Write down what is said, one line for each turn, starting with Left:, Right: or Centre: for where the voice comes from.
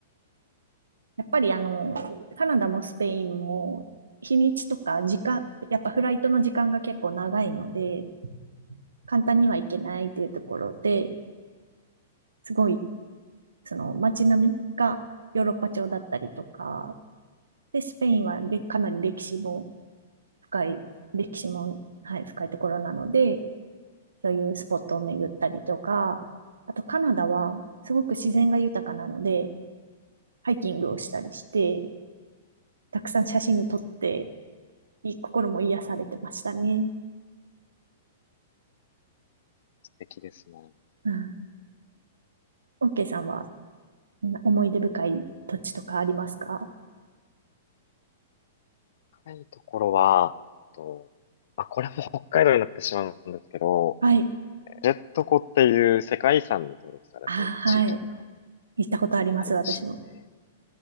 Right: やっぱりあの、カナダもスペインも日にちとか時間、やっぱフライトの時間が結構長いので、簡単には行けないっていうところで、すごい、その街並みがヨーロッパ調だったりとか、で、スペインはでかなり歴史も深い、歴史も、はい、深いところなので、そういうスポットを巡ったりとか、あとカナダはすごく自然が豊かなので、ハイキングをしたりして、たくさん写真撮って、いい心も癒されてましたね。
Left: 素敵ですね。
Right: うん。オッケーさんは思い出深い土地とかありますか
Left: 深いところは、えっと、まあ、これも北海道になってしまうんですけど、
Right: はい。
Left: ジェット湖っていう世界遺産に登録されている地域が
Right: あはい。行ったことあります、
Left: ありまして、
Right: 私も。